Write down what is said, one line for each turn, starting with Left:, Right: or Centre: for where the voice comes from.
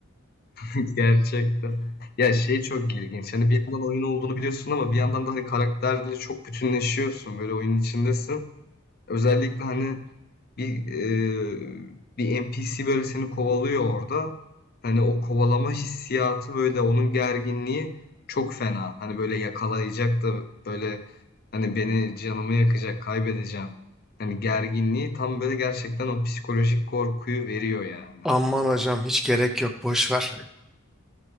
Left: <laughs> Gerçekten. Ya şey çok ilginç. Hani bir yandan oyun olduğunu biliyorsun ama bir yandan da hani karakterle çok bütünleşiyorsun. Böyle oyunun içindesin. Özellikle hani bir e, bir NPC böyle seni kovalıyor orada. Hani o kovalama hissiyatı böyle onun gerginliği çok fena. Hani böyle yakalayacak da böyle hani beni canımı yakacak, kaybedeceğim. Hani gerginliği tam böyle gerçekten o psikolojik korkuyu veriyor yani.
Centre: <laughs> Aman hocam hiç gerek yok boş ver.